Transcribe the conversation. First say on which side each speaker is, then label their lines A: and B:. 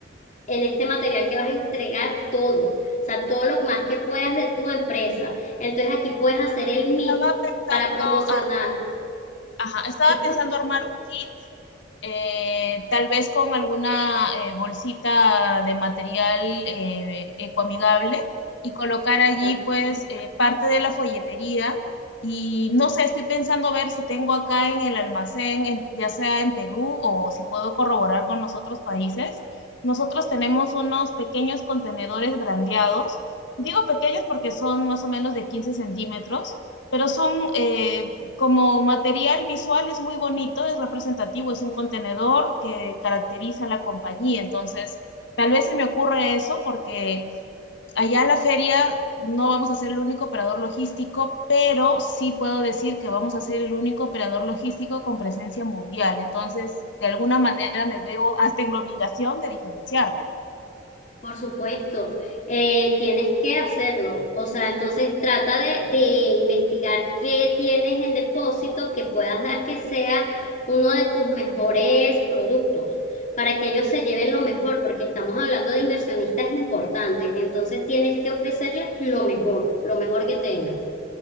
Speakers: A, on the left; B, on the left.
A: en este material que vas a entregar todo, o sea, todo lo más que puedas de tu empresa. Entonces aquí puedes hacer el mix
B: Estaba pensando,
A: para promocionar.
B: ar- ajá, estaba
A: Disculpa,
B: pensando armar un eh, tal vez con alguna eh, bolsita de material eh, ecoamigable y colocar
A: exacto.
B: allí pues eh, parte de la folletería. Y no sé, estoy pensando ver si tengo acá en el almacén, en- ya sea en Perú o si puedo corroborar con los otros países. Nosotros tenemos unos pequeños contenedores brandeados. Digo pequeños porque son más o menos de 15 centímetros, pero son eh, como material visual es muy bonito, es representativo, es un contenedor que caracteriza a la compañía. Entonces, tal vez se me ocurre eso porque allá a la feria no vamos a ser el único operador logístico, pero sí puedo decir que vamos a ser el único operador logístico con presencia mundial. Entonces, de alguna manera me veo hasta en la obligación de diferenciarme, ¿no?
A: Por supuesto, eh, tienes que hacerlo. O sea, entonces trata de, de investigar qué tienes en depósito que puedas dar que sea uno de tus mejores productos para que ellos se lleven lo mejor, porque estamos hablando de inversionistas importantes. Entonces tienes que ofrecerles lo mejor, lo mejor que tengas.